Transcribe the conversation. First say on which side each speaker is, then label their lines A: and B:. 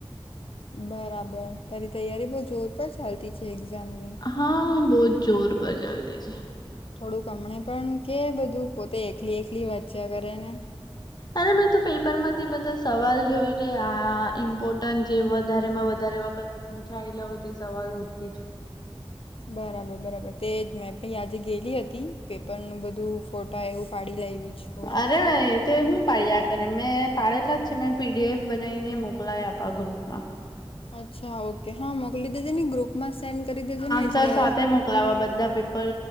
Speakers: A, on the left; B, on the left.
A: બરાબર તારી તૈયારી બહુ જોર પર ચાલતી છે, એક્ઝામની
B: હા બહુ જ જોર પર ચાલતી છે.
A: થોડુંક હમણે પણ કે બધું પોતે એકલી એકલી વાંચ્યા કરે ને
B: અરે મેં તો પેપર માંથી બધા સવાલ જોઈ ને આ ઇમ્પો ટેન જે વધારે માં વધારે વખત પૂછાયેલા તે સવાલો પર
A: બરાબર બરાબર તે જ મેં પી આજે ગયે લી હતી પેપરનું બધું ફોટા એવું પાડી લાઇ વી છું
B: અરે એ તો હું પાડ્યા કરે મેં પાડેલા જ છે મેં પીડીએફ બનાવીને મોકલાયા આપણા ગ્રુપ માં
A: અચ્છા ઓકે હા મોકલી દેજે ને ગ્રુપમાં સેન્ડ કરી દેજે ને એટલે
B: સર સાથે મોકલાવા બધા પેપર